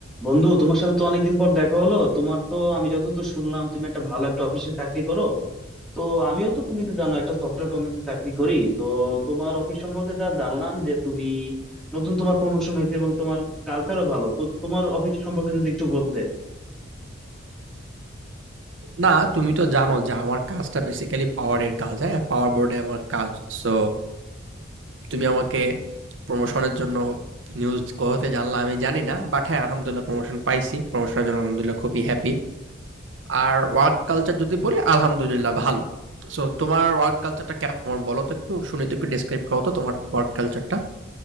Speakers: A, in the centre; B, on the right (about 75°).
A: বন্ধু তোমার সাথে তো অনেকদিন পর দেখা হলো তোমার তো আমি যতদূর শুনলাম তুমি একটা ভালো একটা অফিসে চাকরি করো তো আমিও তো তুমি তো জানো একটা সফটওয়্যার কোম্পানিতে চাকরি করি তো তোমার অফিস সম্পর্কে যা জানলাম যে তুমি নতুন তোমার প্রমোশন হয়েছে এবং তোমার কালচারও ভালো তো তোমার অফিস সম্পর্কে যদি একটু বলতে
B: না, তুমি তো জানো যে আমার কাজটা বেসিক্যালি পাওয়ারের কাজ, হ্যাঁ? পাওয়ার বোর্ডে আমার কাজ। সো তুমি আমাকে প্রমোশনের জন্য নিউজ কোথাতে জানলা আমি জানি না। বাট হ্যাঁ, আলহামদুলিল্লাহ প্রমোশন পাইছি। প্রমোশনের জন্য আলহামদুলিল্লাহ খুবই হ্যাপি। আর ওয়ার্ক কালচার যদি বলি আলহামদুলিল্লাহ ভালো। সো তোমার ওয়ার্ক কালচারটা কেমন বলো তো একটু? শুনি তো একটু ডেসক্রাইব করো তো তোমার ওয়ার্ক কালচারটা।